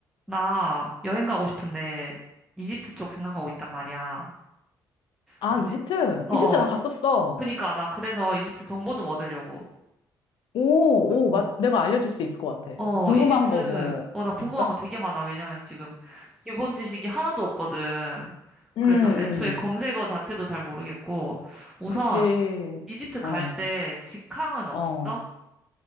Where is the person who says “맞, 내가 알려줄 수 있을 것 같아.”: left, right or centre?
Left